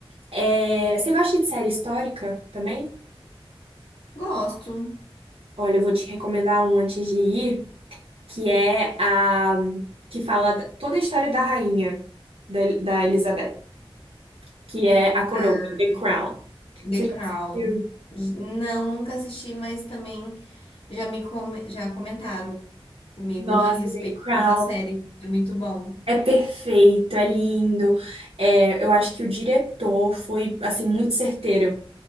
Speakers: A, on the right; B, on the left.
A: É, Você gosta de série histórica também?
B: Gosto.
A: Olha, eu vou te recomendar um antes de ir. que é a que fala da- toda a história da rainha da, da Elizabeth, que é a coroa,
B: Ah,
A: The Crown.
B: The
A: Você já
B: Crown.
A: assistiu?
B: Não, nunca assisti, mas também Já me come- já comentaram comigo
A: Nossa,
B: a respeito
A: The Crown.
B: dessa série. É muito bom.
A: É perfeito, é lindo. É, eu acho que o diretor foi assim muito certeiro